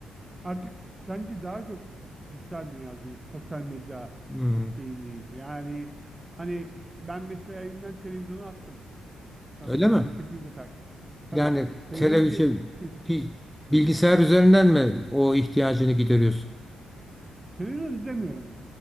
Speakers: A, on the right; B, in the centre.
A: artık sanki daha çok dijital dünyadayız. Sosyal medya
B: Hı hı.
A: şeyindeyiz. Yani hani ş- ben mesela evimden televizyonu attım. Şu an
B: Öyle
A: televizyonu
B: mi?
A: kesinlikle takip. Tabii.
B: Yani
A: Televizyonu
B: televizyon,
A: ke kes-
B: bi- bilgisayar üzerinden mi o ihtiyacını gideriyorsun?
A: televizyon izlemiyorum.